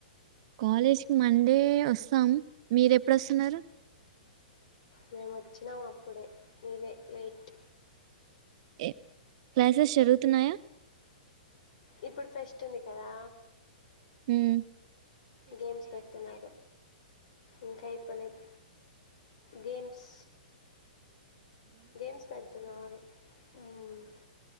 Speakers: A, on the right (about 45°); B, on the left (about 55°).
A: కాలేజ్కిమండే వస్తాం మీరెప్పుడొస్తున్నారు
B: మేము వచ్చినాము అప్పుడే నీదే లేట్
A: ఏ క్లాసెస్ జరుగుతున్నాయా
B: ఇప్పుడు ఫెస్ట్ ఉంది కదా
A: హ్మ్మ్
B: గేమ్స్ పెడుతున్నారు ఇంకా ఇప్పలేదు గేమ్స్ గేమ్స్ పెడుతున్నారు హ్మ్మ్